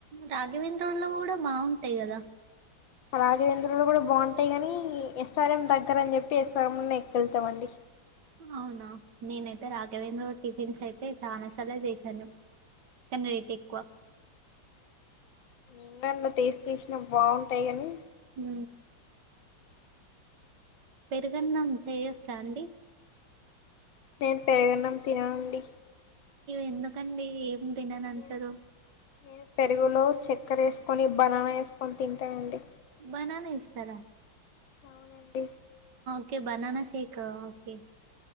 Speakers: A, on the right; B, on the left.
A: రాఘవేంద్రులో కూడా బాగుంటాయి కదా
B: రాఘవేంద్ర కూడా బాగుంటాయి కాని ఎస్ఆర్ఎం దగ్గర అని చెప్పి ఎస్ఆర్ఎం లో ఎక్కెళ్తాంండి
A: అవునా నేనైతే రాఘవేంద్ర టిఫిన్స్ అయితే చాలా సర్లే చేసాను కనీ రేట్ ఎక్కువ
B: నిన్నన్న టేస్ట్ చేసినా బాగుంటాయి కానీ
A: ఉ పెరిగన్నం చెయొచ్చా అండి.
B: నేను పెరుగన్నాం తిననుండి.
A: ఎందుకండి ఏమో దిననంటరూ
B: నేను నేను పెరుగులో చక్కెర వేసుకొని బనానా వేసుకొని తింటానండి.
A: బననా వేస్తర
B: అవునండి
A: okay banana shake okay